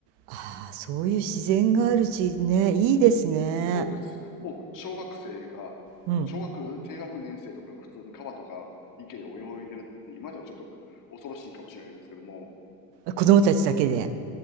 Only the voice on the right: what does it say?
ああ、そういう自然がある地域ね、いいですね。
うん。
子供たちだけで。